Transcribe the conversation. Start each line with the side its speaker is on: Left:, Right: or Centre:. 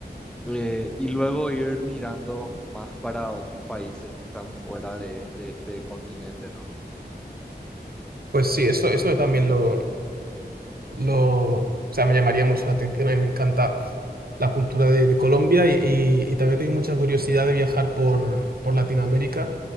Centre: eh, y luego ir mirando más para otros países que están fuera de, de este continente, ¿no?
Right: Pues sí, eso, eso también lo, lo, o sea, me llamaría mucho la atención. A mí me encanta la cultura de, de Colombia y, y- y también tengo mucha curiosidad de viajar por, por Latinoamérica.